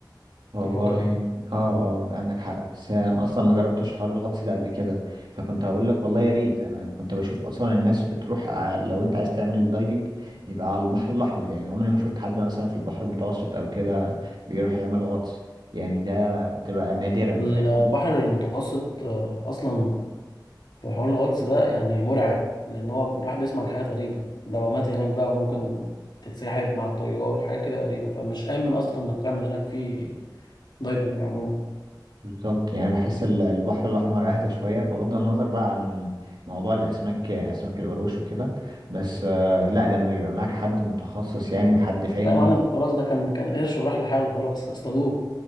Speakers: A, on the right (about 70°); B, on the left (about 70°).
A: والله
B: في الفترة دي
A: اه اه عندك حق بس انا اصلا ما جربتش حوار الغطس ده قبل كده فكنت هقول لك والله يا ريت انا كنت بشوف اصلا الناس بتروح ع- لو انت عايز تعمل دايفنج يبقى على البحر الاحمر يعني عمري ما شفت حد مثلا في البحر المتوسط او كده بيروح يعمل غطس يعني ده بتبقى نادرا
B: البحر
A: فاهمني
B: المتوسط آه، اصلا في حوار الغطس ده يعني مرعب لان هو الواحد بيسمع عن حاجات غريبه دوامات هناك بقى وممكن تتسحب مع التيار وحاجات كده غريبه فمش امن اصلا انك تعمل هناك في دايفنج عموما
A: بالظبط يعني بحس ال- البحر الاحمر اهدى شويه بغض النظر بقى عن موضوع الاسماك اسماك القروش وكده بس آه لا لما يبقى معاك حد متخصص يعني وحد فاهم
B: لا يا معلم خلاص ده كان كان قرش وراح لحاله خلاص اصطادوه